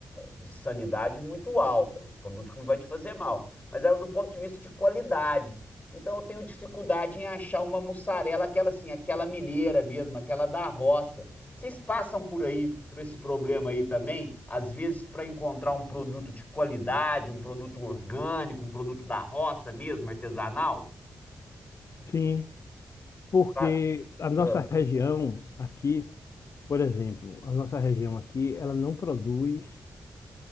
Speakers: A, on the left (about 25°); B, on the left (about 55°).
A: de sanidade muito alta, um produto que não vai te fazer mal, mas é do ponto de vista de qualidade. Então eu tenho dificuldade em achar uma mussarela, aquela assim, aquela mineira mesmo, aquela da roça. Vocês passam por aí, por esse problema aí também? Às vezes para encontrar um produto de qualidade, um produto orgânico, um produto da roça mesmo, artesanal?
B: Sim, porque
A: Ah,
B: a nossa
A: ah,
B: região aqui, por exemplo, a nossa região aqui, ela não produz,